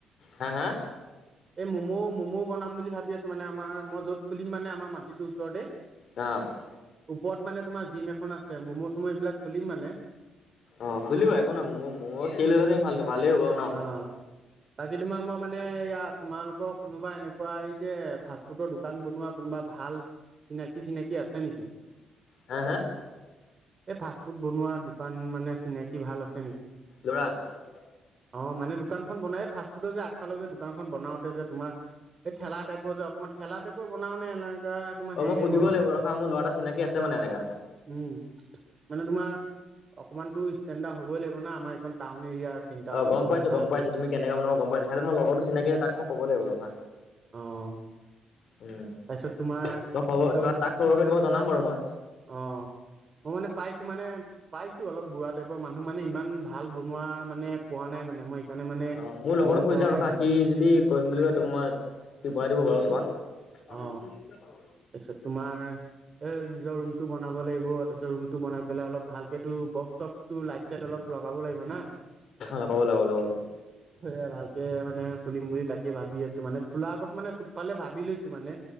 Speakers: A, on the left (about 60°); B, on the right (about 40°).
A: হা হা
B: <unintelligible> এই মমো-ম'মো বনাম বুলি ভাবি আছো <unintelligible> মানে আমাৰ মই যত খুলিম মানে আমাৰ মাটিটো ওচৰতে <unintelligible>
A: অ‍ঁ! <unintelligible>
B: ওপৰত মানে তোমাৰ জিম এখন আছে ম'ম'-চম' এইবিলাক খুলিম মানে। <unintelligible>
A: অঁ খুলিবা একো নাই মম চেল হ'লেটো ভাল ভালেই হ'ব ন। <unintelligible>
B: অঁ! <unintelligible> বাকী তোমাৰ মই মানে এইয়া তোমালোকৰ কোনোবা এনেকুৱা এই যে ফাষ্ট ফুডৰ দোকান বনোৱা <unintelligible> কোনোবা ভাল চিনাকি-চিনাকি আছে নেকি? <unintelligible>
A: হা-হা! <unintelligible>
B: <inaudible> এই ফাষ্ট ফুড বনোৱা দোকান মানে চিনাকি ভাল আছে নেকি? <unintelligible>
A: ল'ৰা? <unintelligible>
B: অঁ! মানে দোকানখন বনাই ফাষ্টফুডৰ যে আগফালে যে দোকানখন বনাওতে যে তোমাৰ <unintelligible> এই ঠেলা টাইপৰ যে অকনমান ঠেলা টাইপ <unintelligible> <unintelligible> বনাও নে এনেকুৱা তোমাৰ
A: অ
B: হেৰি
A: মই সুধিব
B: টাইপৰ বনাও?
A: লাগিব ৰখা মোৰ ল'ৰা এটা চিনাকি আছে মানে এনেকা
B: উম! মানে তোমাৰ <unintelligible> অকমানতো ষ্টেণ্ডাৰ হ'বই লাগিব না আমাৰ এইখন টাউন এৰিয়া চেণ্টাৰ
A: অ গম
B: পৰে
A: পাইছো
B: ভালকে
A: গম পাইছো তুমি কেনেকা বনাবা গম পাইছো তাতে মই লগৰটো চিনাকি তাক মই ক'ব লাগিব ৰখা
B: অ'
A: উম
B: তাৰপিছত তোমাৰ
A: তই খবৰ
B: নিজৰ
A: তই
B: ৰুম
A: তাক খবৰ কৰি তোমাক জনাম বাৰু মই
B: অ মই মানে পাইছো মানে পাইছো অলপ বুঢ়া টাইপৰ মানুহ মানে ইমান ভাল ভাল বনোৱা মানে পোৱা নাই মানে মই সেইকাৰণে মানে
A: অ মোৰ লগৰটোক
B: মন
A: সুধি
B: কৰা
A: চাও
B: নাই
A: ৰখা
B: মানে
A: সি যদি কৰিম বুলি কয় ত মই ভৰাই দিব পাৰো তোমাক
B: অ তাৰপিছত তোমাৰ এ নিজৰ ৰুমটো বনাব লাগিব তাৰপিছত ৰুমটো বনাই পেলাই অলপ ভালকো বক্স চক্স তোৰ লাইট চাইট অলপ লগাব লাগিব না
A: লগাব লাগিব লগাব লাগিব
B: এয়া ভালকে মানে খুলিম বুলি তাকে ভাবি আছো মানে খোলা আগত মানে চবফালে ভাবি লৈছো মানে